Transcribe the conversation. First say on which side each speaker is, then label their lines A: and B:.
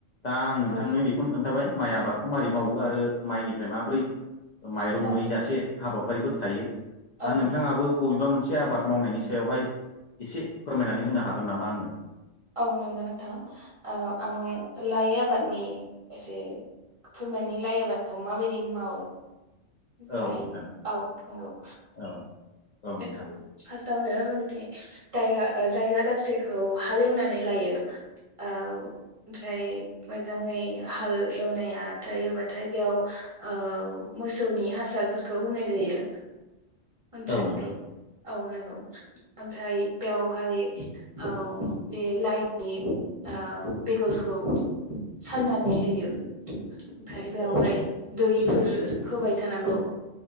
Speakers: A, on the left; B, on the right.
A: दा आं नोंथांनो
B: औ
A: बेखौनो खोन्थाबाय माइ आबादखौ माबारै मावो आरो माइनिफ्राय माबोरै माइरं
B: औ
A: मोनै जासे हाबाफारिफोर थायो दा
B: औ
A: नोंथाङाबो बबेबा मोनसे आबाद मावनायनि सायावहाय एसे फोरमायनानै होनो हागोन नामा आंनो
B: औ नंगौ नोंथां आं लाइ आबादनि एसे फोरमायानि लाइ आबादखौ माबायदि मावो
A: औ
B: लायनो
A: नोंथां
B: औ नंगौ
A: औ औ
B: बेखौ
A: नोंथां
B: फारस। दावनो माने दायगा ओ जायगा दाबसेखौ हालेवनानै लायो औ ओमफ्राय मोजांङै हाल एवनाया जायोबाथाय बेयाव औ मोसौनि हास हासारफोरखौ होनाय जायो।
A: <inaudible>
B: ओमफ्राय
A: नोंथां
B: औ नंगौ ओमफ्राय बेयावहाय औ बे लाइनि ओ बेगरखौ सारनानै होयो ओमफ्राय बेयावहाय
A: औ
B: दैफोर होबाय थानांगौ